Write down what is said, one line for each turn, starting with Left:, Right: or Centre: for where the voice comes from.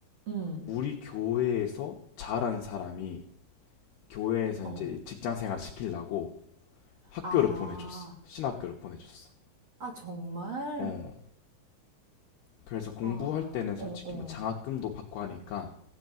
Right: 응,
Left: 우리 교회에서 잘한 사람이 교회에서
Right: 어.
Left: 이제 직장 생활 시키려고 학교를
Right: 아,
Left: 보내줬어. 신학교를 보내줬어.
Right: 아, 정말?
Left: 어. 그래서 공부할
Right: 아,
Left: 때는 솔직히
Right: 어, 어,
Left: 뭐 장학금도 받고 하니까